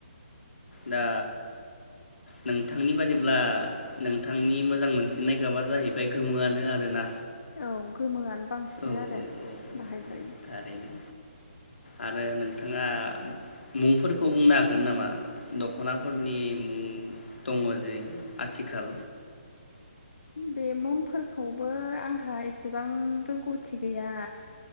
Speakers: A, on the left (about 85°); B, on the left (about 70°).
A: दा नोंथांनि बादिब्ला नोंथांनि मोजां मोनसिननाय गाबा जाहैबा य गोमोआनो आरोना
B: औ गोमोआनो बांसिन
A: औ
B: आरो
A: औ
B: बाहायजायो
A: औ थारैनो आरो नोंथाङा मुंफोरखौ बुंनो हागोन नामा दखनाफोरनि मुं दङ जै आथिखाल
B: बे मुंफोरखौबो आंहा एसेबां रोंगौथि गैया